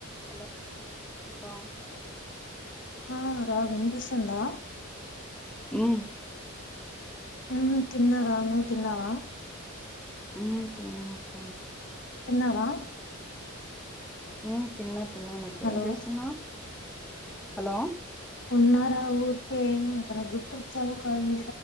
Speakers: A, in the centre; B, on the left (about 60°).
A: హలో
B: ఆ రా వినిపిస్తుందా
A: ఆమ్
B: హ తిన్నారను తిన్నావా
A: అ తిన్నమక్క
B: ఎన్నావా
A: ఉ తిన్న తిన్ననకు
B: హలో
A: వసన్నా హలో
B: ఉన్నారా ఊరికే ఇంకా గుర్తుచ్చావు కాదుం